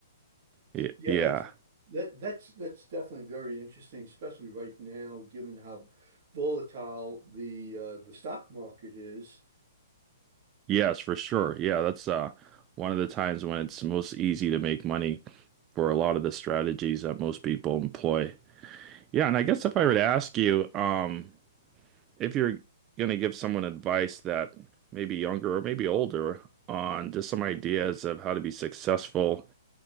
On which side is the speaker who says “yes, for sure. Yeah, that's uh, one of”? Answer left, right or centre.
Right